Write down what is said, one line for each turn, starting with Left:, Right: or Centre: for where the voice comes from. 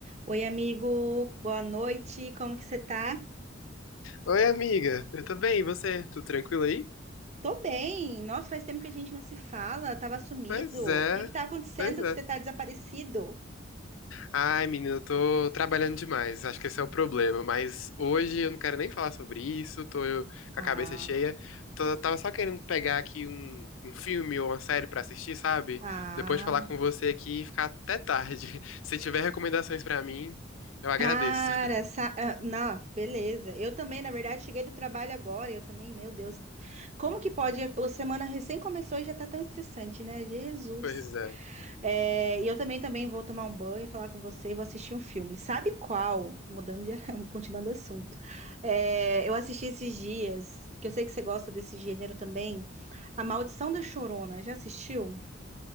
Right: Oi, amigo, boa noite, como que você tá?
Left: Oi, amiga. Eu tô bem, e você? Tudo tranquilo aí?
Right: Tô bem, nossa, faz tempo que a gente não se fala, tava sumido.
Left: Pois
Right: O
Left: é.
Right: que que tá acontecendo
Left: Pois é.
Right: que você tá desaparecido?
Left: Ai, menina, eu tô trabalhando demais. Acho que esse é o problema. Mas hoje eu não quero nem falar sobre isso. Tô com
Right: Ah,
Left: a cabeça cheia. Tô- tava só querendo pegar aqui um, um filme ou uma série pra assistir, sabe?
Right: ah,
Left: Depois de falar com você aqui e ficar até tarde. <laughs> Se tiver recomendações pra mim, eu agradeço.
Right: cara,
Left: <laughs>
Right: sa... ah, não, beleza. Eu também, na verdade, cheguei do trabalho agora, eu também, meu Deus. Como que pode? A semana recém começou e já tá tão estressante, né? Jesus.
Left: Pois é.
Right: É, e eu também também vou tomar um banho, falar com você e vou assistir um filme. Sabe qual? Mudando de, <laughs> continuando o assunto. É, eu assisti esses dias, que eu sei que você gosta desse gênero também, A Maldição da Chorona. Já assistiu?